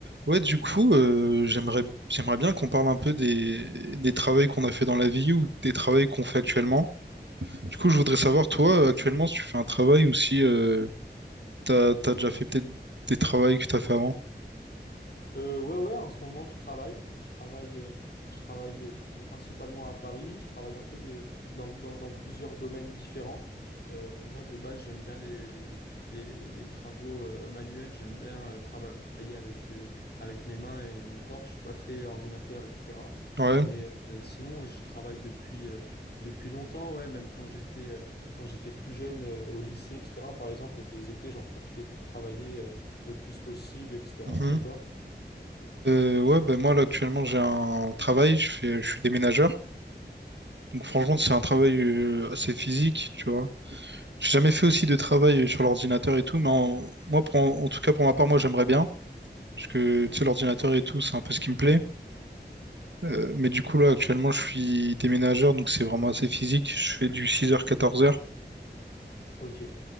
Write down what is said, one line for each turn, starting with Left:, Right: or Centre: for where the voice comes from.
Right: Ouais, du coup, euh, j'aimerais j'aimerais bien qu'on parle un peu des, des travails qu'on a fait dans la vie ou des travails qu'on fait actuellement. Du coup, je voudrais savoir, toi, euh, actuellement, si tu fais un travail ou si euh, t'as, t'as déjà fait peut-être des travails que t'as fait avant.
Left: Euh, ouais, ouais, en ce moment, je travaille. Je travaille, euh, je travaille euh, principalement à Paris. Je travaille un peu de, dans, dans- dans plusieurs domaines différents. Euh, moi, de base, j'aime bien les, les, les- les travaux euh, manuels. J'aime bien euh, travailler avec, euh, avec mes mains et mon corps. Je suis pas très ordinateur, etc.
Right: Ouais.
Left: Mais euh, sinon, je travaille depuis, euh, depuis longtemps, ouais, même quand j'étais euh, quand j'étais plus jeune euh, au lycée, etc. Par exemple, les étés, j'en profitais pour travailler euh, le plus possible, etc.
Right: Mhm.
Left: Et toi?
Right: Euh, ouais, ben moi, là, actuellement, j'ai un travail, je fais, je suis déménageur. Donc, franchement, c'est un travail euh, assez physique, tu vois. J'ai jamais fait aussi de travail sur l'ordinateur et tout, mais en- moi, pour, en tout cas, pour ma part, moi, j'aimerais bien. Parce que, tu sais, l'ordinateur et tout, c'est un peu ce qui me plaît. Euh, mais du coup, là, actuellement, je suis déménageur, donc c'est vraiment assez physique. Je fais du 6h-14h.
Left: Ok,